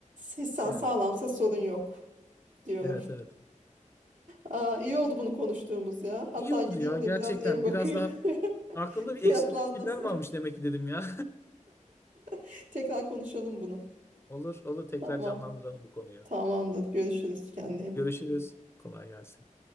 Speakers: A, on the right (about 70°); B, on the left (about 20°).
A: Hissan
B: yani
A: sağlamsa sorun yok diyorum.
B: evet evet.
A: Aa, iyi oldu bunu konuştuğumuz ya. Hatta
B: İyi oldu
A: gideyim
B: ya gerçekten
A: de biraz ev bakayım.
B: biraz daha aklımda
A: <laughs> Fiyatlar
B: bir eksik fikirler
A: nasıl?
B: varmış demek ki dedim ya.
A: <laughs> Tekrar konuşalım bunu.
B: <laughs> Olur olur tekrar
A: Tamam.
B: canlandıralım bu konuyu.
A: Tamamdır. Görüşürüz. Kendine iyi
B: Görüşürüz.
A: bak.
B: Kolay gelsin.